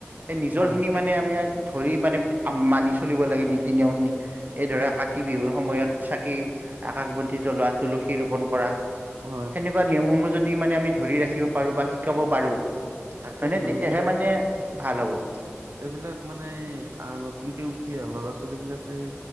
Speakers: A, on the right; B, on the right.
A: সেই নিজৰ
B: হয়
A: খিনি মানে আমি! ধৰি মানে মানি চলিব লাগে নীতি নিয়ম খিনি এই ধৰা!
B: হয় হয়
A: বিহুৰ সময়ত চাকি আকাশ বন্তি জ্বলোৱা তুলসী ৰোপন কৰা।
B: হয়
A: সেনেকোৱা নিয়মসমূহ যদি মানে আমি ধৰি ৰাখিব পাৰোঁ বা! শিকাব পাৰোঁ হয়নে
B: তাকেইতো
A: তেতিয়াহে
B: এইবিলাক
A: মানে ভাল হ'ব।
B: এইবিলাক মানে আহ নতুনকে উঠি আহ ল'ৰা ছোৱালী বিলাকে!